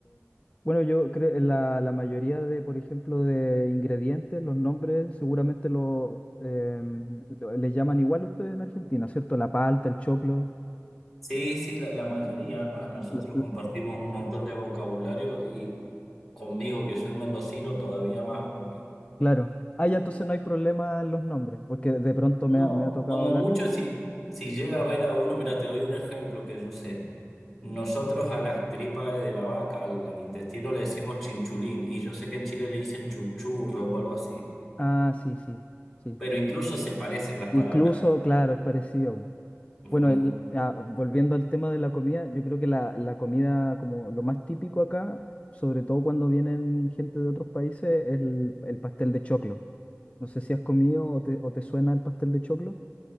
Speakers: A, on the left; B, in the centre.
A: Bueno, yo creo que la, la mayoría de, por ejemplo, de ingredientes, los nombres, seguramente lo, em, lo- les llaman igual ustedes en Argentina, ¿cierto? La palta, el choclo.
B: Sí, sí, la, la mayoría más. Nosotros
A: la- la-
B: compartimos un montón de vocabulario y conmigo, que soy mendocino, todavía más, porque
A: claro. Ah, ya, entonces no hay problema en los nombres, porque de pronto
B: no,
A: me ha, me ha tocado
B: como
A: hablar.
B: mucho, si, si llega a ver a uno, mira, te doy un ejemplo que yo sé. Nosotros a las tripas de la vaca, al, al intestino le decimos chinchulín, y yo sé que en Chile le dicen chunchurro o algo así,
A: Ah, sí, sí, sí.
B: pero incluso se parecen las
A: Incluso,
B: palabras. en-
A: claro, es parecido.
B: Ujú.
A: Bueno, el- ah, volviendo al tema de la comida, yo creo que la, la comida como lo más típico acá, sobre todo cuando vienen gente de otros países, es el, el pastel de choclo. No sé si has comido o te, o te suena el pastel de choclo.